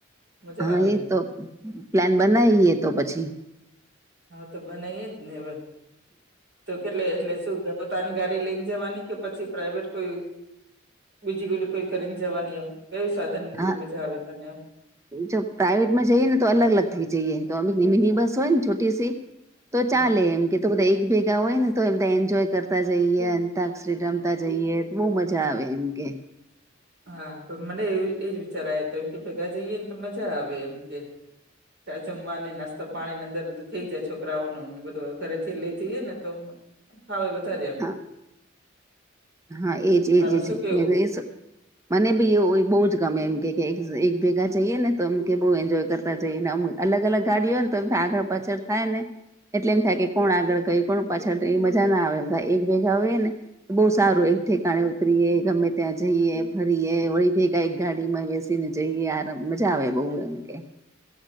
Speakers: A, on the right; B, on the right.
A: મજા
B: હા
A: આવે
B: એ
A: એમ.
B: તો પ્લાન બનાવીએ તો પછી.
A: હા તો બનાવી જ ને હવે તો કેટલે એટલે શું. પોતાની ગાડી લઈને જવાની કે પછી પ્રાાઈવેટ કોઈ બીજી કો કોઈ કરીને જવાની એમ કયું સાધન
B: હા
A: તજ આવે તને એમ.
B: જો પ્રાાઈવેટમાં જઈએ ને તો અલગ અલગ થઈ જઈએ તો અમક મિની બસ હોય ને છોટી સી. તો ચાલે
A: હા
B: એમ કે. તો બધા એક ભેગા હોય ને તો એમધા એન્જોય કરતા જઈએ અતાક્ષરી રમતા જઈએ. બહુ મજા આવે એમ કે.
A: હા પણ મને એવ એજ વિચાર આવે તો એમ કે ભેગા જઈએ ને તો મજા આવે એમ કે. જમવાની નાસ્તા પાણીની અંદર બધું થઈ જાય છોકરાઓ નધ ઘરે થી લઈ જઈએ ને તો હાવવે વધારે એમ.
B: હા હા એજ એજ
A: તારું
B: એજ
A: શું કેવું?
B: મે તો એ શું. મને બી એ બહુ જ ગમે એમ કે એક ભેગા જઈએ ને તો એમ કે બહ એન્જોય કર તા જઈને અમ અલગ અલગ ગાડીઓય ને તો એમ આગળ પાછળ થાય ને. એટલે એમ થાય કે કોણ આગળ કઈ કોણ પાછળ મજા ના આવે એમ થાય એક ભેગા હોઈ ને તો બહુ સારું એક ઠકાણે. વારીએ ગમે ત્યાં જઈએ ફરીએ ઓળી ભેગા એક ગાડીમાં બેસી ને જઈએ. મજા આવે બહુ એમ કે.